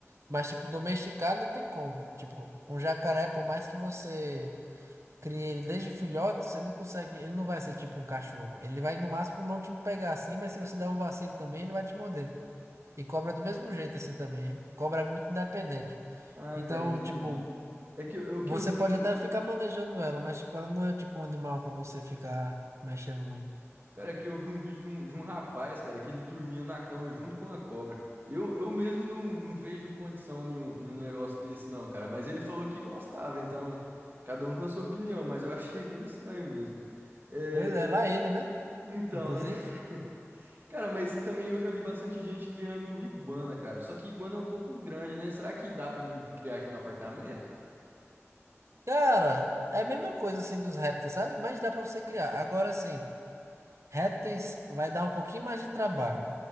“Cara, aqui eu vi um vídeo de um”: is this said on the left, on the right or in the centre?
Right